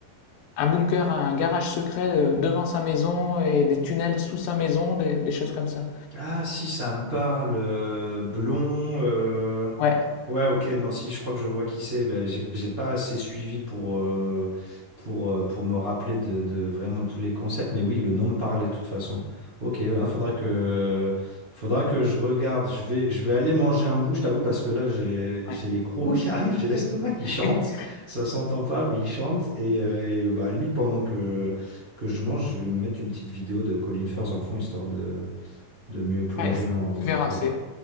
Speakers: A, on the left (about 80°); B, on the right (about 30°).
A: un bunker, un garage secret euh, devant sa maison et des tunnels sous sa maison, des, des choses comme ça.
B: Ah si, ça me parle. euh, blond. euh,
A: Ouais,
B: Ouais, ok, non, si, je crois que je vois qui c'est. Ben, j'ai j'ai pas assez suivi pour, euh, pour, euh, pour me rappeler de, de vraiment tous les concepts, mais oui, le nom me parlait de toute façon. Ok, il faudra que, faudra que je regarde. Je vais, je vais aller manger un bout, je t'avoue, parce que là, j'ai, j'ai
A: ouais,
B: les crocs <laughs> qui arrivent, j'ai l'estomac qui chante.
A: <laughs>
B: Ça s'entend pas, mais il chante. Et, euh, et bah, à la limite, pendant que, que je mange, je vais me mettre une petite vidéo de Colin Firth en fond, histoire de de mieux plonger
A: ouais,
B: dans,
A: tu
B: dans
A: verras,
B: le truc.
A: c'est